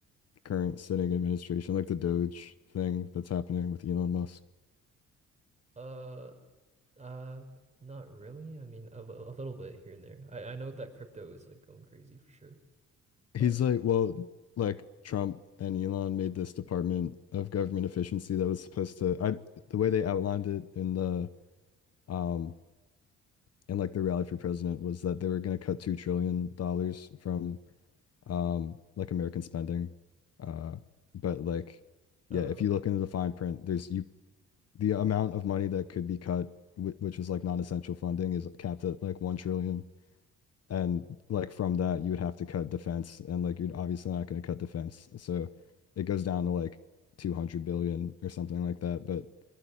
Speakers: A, on the left; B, on the right.
A: current sitting administration, like the Doge thing that's happening with Elon Musk.
B: uh Uh, not really. I mean, a, li- a little bit here and there. I, I know that crypto is like going crazy for sure,
A: He's
B: but
A: like, well, like Trump and Elon made this Department of Government Efficiency that was supposed to, I, the way they outlined it in the, um, in like the rally for president was that they were going to cut $2 trillion dollars from, um, like American spending. Uh, but like,
B: oh,
A: yeah, if
B: okay.
A: you look into the fine print, there's you, the amount of money that could be cut, wh- which was like non-essential funding is capped at like 1 trillion. And like from that, you would have to cut defense, and like you're obviously not going to cut defense. So it goes down to like 200 billion or something like that. But